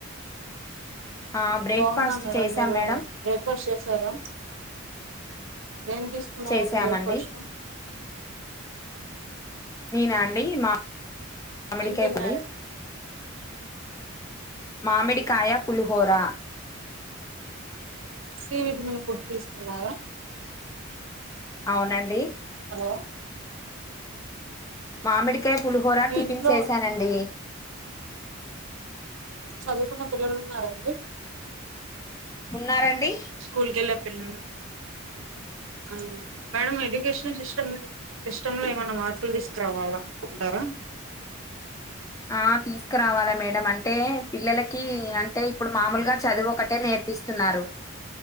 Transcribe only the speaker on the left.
ఆ బ్రేక్ఫాస్ట్
చేసాం
మేడం
చేసామండి
నేను అండి మామిడికాయ
పొడి మామిడి కాయ పులుహోరా
అవునండి
మామిడికాయ పులిహోర
టిఫిన్
చేసానండి
ఉన్నారండి
ఆ తీసుకురావాలా మేడ అంటే పిల్లలకి అంటే ఇప్పుడు మామూలుగా చదువు ఒకటే నేర్పిస్తు స్తున్నారు